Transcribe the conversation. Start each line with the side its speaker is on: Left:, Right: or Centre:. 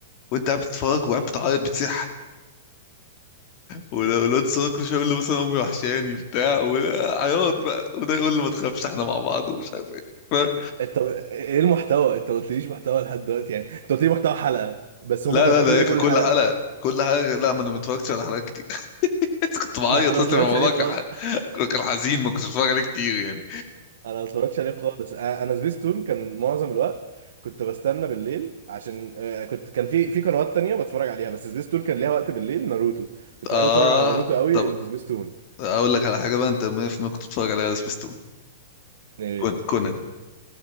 Left: وأنت قاعد بتتفرج وقاعد بتعيط بتصيح ولو الواد الصغير كل شويه يقول له مثلا امي وحشاني بتاع ولا- عياط بقى وده يقول له ما تخافش احنا مع بعض ومش عارف ايه فاهم؟
Right: انت ايه المحتوى انت ما قلتليش محتوى لحد دلوقتي يعني انت قلت لي محتوى حلقه بس
Left: لا
Right: هما كانوا
Left: لا
Right: بيعملوا
Left: ده هي
Right: ايه
Left: كان
Right: كل
Left: كل
Right: حلقه
Left: حلقه كل حاجه لا ما انا ما اتفرجتش على حلقات كتير <laughs> كنت بعيط
Right: ما انا ما
Left: اصلا
Right: اتفرجتش
Left: الموضوع
Right: عليه خالص
Left: كان ح- كان حزين ما كنتش بتفرج عليه كتير يعني
Right: انا ما اتفرجتش عليه خالص انا أنا سبيستون كان معظم الوقت كنت بستنى بالليل عشان آه، كنت كان في في قنوات تانية بتفرج عليها بس سبيستون كان ليها وقت بالليل ناروتو كنت
Left: اه
Right: بحب اتفرج على ناروتو قوي
Left: طب
Right: اللي في سبيستون
Left: اقول لك على حاجه بقى انت 100% كنت بتتفرج عليها على سبيستون
Right: ايه
Left: كون كونان